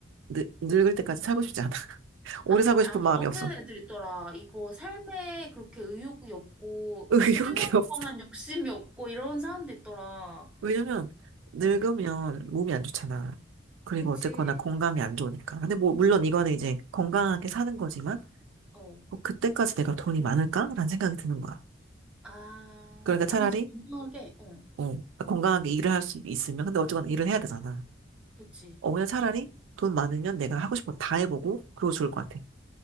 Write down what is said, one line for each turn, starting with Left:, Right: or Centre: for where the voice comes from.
Right: 늙, 늙을 때까지 살고 싶지 않아. <laughs> 오래
Centre: 아,
Right: 살고
Centre: 그래?
Right: 싶은
Centre: 아, 너
Right: 마음이
Centre: 같은
Right: 없어.
Centre: 애들 있더라. 이거 삶에 그렇게 의욕이 없고,
Right: <laughs> 의욕이
Centre: 수명에
Right: 없어.
Centre: 관한 욕심이 없고, 이런 사람도 있더라.
Right: 왜냐면 늙으면
Centre: 어,
Right: 몸이 안 좋잖아. 그리고
Centre: 그치.
Right: 어쨌거나 건강이 안 좋으니까. 근데 뭐 물론 이거는 이제 건강하게 사는 거지만
Centre: 어.
Right: 뭐 그때까지 내가 돈이 많을까라는 생각이 드는 거야.
Centre: 아,
Right: 그러니까 차라리
Centre: 아니지. 건강하게. 어,
Right: 어, 건강하게 일을 할 수 있으면 근데 어쨌거나 일을 해야 되잖아.
Centre: 그치.
Right: 어 그냥 차라리 돈 많으면 내가 하고 싶은 거 다 해보고 그러고 좋을 것 같아.